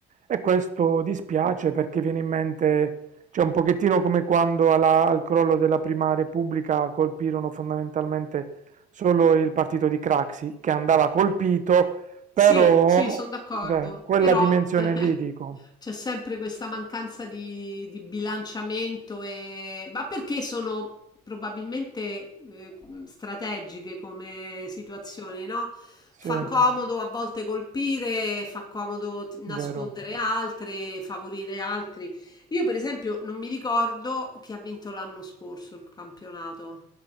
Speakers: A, on the right (about 45°); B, on the left (about 25°).
A: e questo dispiace perché viene in mente, cioè un pochettino come quando alla- al crollo della Prima Repubblica colpirono fondamentalmente solo il partito di Craxi che andava colpito,
B: Sì,
A: però
B: sì, sono d'accordo,
A: beh, quella
B: però
A: dimensione
B: <laughs>
A: lì dico,
B: c'è sempre questa mancanza di, di bilanciamento e... ma perché sono probabilmente eh, mhmm, strategiche come situazioni, no?
A: sì,
B: Fa comodo a volte colpire, fa comodo t- nascondere
A: vero,
B: altri, favorire altri. Io, per esempio, non mi ricordo chi ha vinto l'anno scorso il campionato.